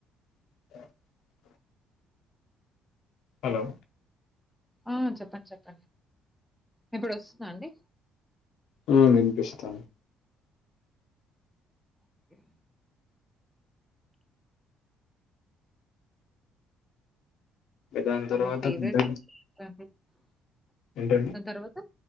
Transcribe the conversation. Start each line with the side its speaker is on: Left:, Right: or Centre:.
Left: <inaudible> హలో
Centre: ఆ చెప్పండి చెప్పండి ఇప్పుడు వస్తుందా అండి
Left: హూ వినిపిస్తాంది.
Centre: ఓకే <unintelligible>
Left: దాని
Centre: ఇంకా
Left: తర్వాత
Centre: మీ ఫేవరెట్
Left: పెద్ద-
Centre: ఎంటి <unintelligible>
Left: ఏంటండి
Centre: దాని తర్వాత